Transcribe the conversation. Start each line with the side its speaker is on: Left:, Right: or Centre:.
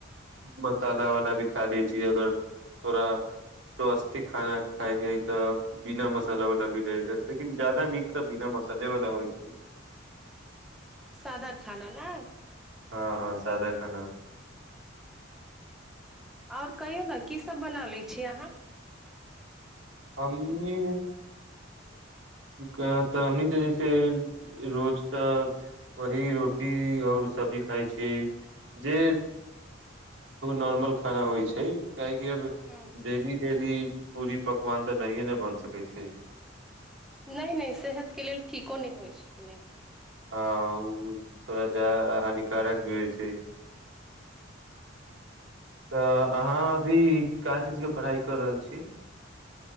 Right: मसाला वाला भी खा ले छी अगर थोड़ास्वास्थ्य खाना खाायके हइ तऽ बिना मसाला वाला भी रह लेकिन ज्यादा नीक तऽ बिना मसले वाल होइ छै
Centre: सादा खाना नए
Right: हँ हँ सादा खाना
Centre: आओर कहियौ ने कीसभ बना लै छी अहाँ
Right: हमनी कऽ तऽ हमनी तऽ जैसे रोज तऽ वही रोटी आओर सब्जी खाइ छियै जे नॉर्मल खाना होइ छै किए की अब
Centre: हूँ
Right: डेली डेली पूरी पक पकवान तऽ नहिए ने बन सकय छै
Centre: नहि नहि सेहतके लेल ठीको नहि होइत छै कि नहि
Right: हँ ओ थोड़ा जा हानिकारक भी होइ छै तऽ अहाँ अभी का चीज क पढ़ाई कर रहल छी